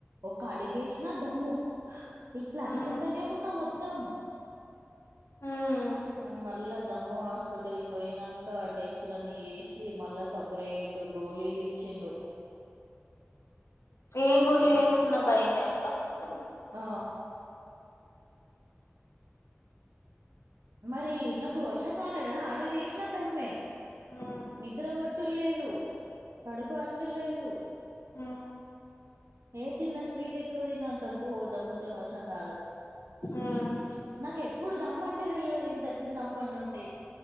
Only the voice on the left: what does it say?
ఉమ్
ఉమ్
ఏ గోళీలు ఎసుకున్నా భయమే అబ్బా ఇప్పుడు
ఉమ్
ఆ
ఉమ్